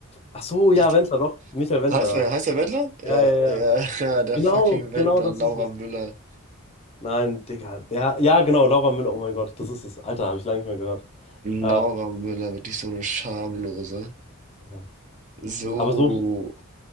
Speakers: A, on the left (about 30°); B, on the right (about 35°).
A: ach so, ja,
B: Nicht,
A: Wendler, doch. Michael Wendler.
B: heißt, er heißt der Wendler? Ja,
A: Ja, ja, ja.
B: ja, <laughs> ja, der
A: Genau,
B: fucking Wendler,
A: genau das
B: Laura
A: ist es.
B: Müller.
A: Nein, Digga. Ja, ja, genau, Laura Müller. Oh mein Gott, das ist es. Alter, habe ich lange nicht mehr gehört.
B: Laura
A: Äh,
B: Müller, wirklich so eine Schamlose.
A: ja.
B: So,
A: Aber so,